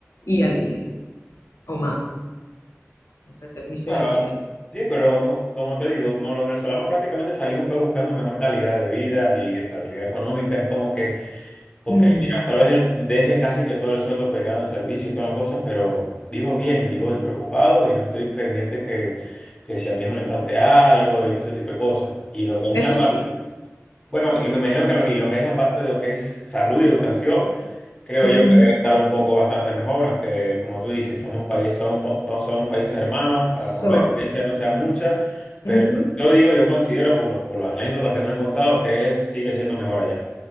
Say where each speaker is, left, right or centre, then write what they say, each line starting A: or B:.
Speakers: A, on the left; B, on the left.
A: y alquiler, o más, entre servicio
B: o sea,
A: y alquiler.
B: sí, pero co- como te digo, como los venezolanos prácticamente salimos fue buscando mejor calidad de vida y estabilidad económica, es como que Ok,
A: Mm,
B: mira, tal vez el- deje casi que todo el sueldo pegado en servicio y todas las cosas, pero vivo bien, vivo despreocupado y no estoy pendiente que, que si a mi hijo le falte algo y todo ese tipo de cosas. Y lo que es
A: Eso
B: en la parte,
A: sí.
B: bueno, y me imagino que lo, y lo que es la parte de lo que es salud y educación, creo yo
A: Ujú.
B: que debe estar un poco bastante mejor, aunque como tú dices, somos países, son, pa- pa- son países hermanos, a
A: So,
B: lo mejor la diferencia no sea mucha, pero
A: ujú.
B: yo digo, yo considero por los, por las anécdotas que me han contado que es, sigue siendo mejor allá.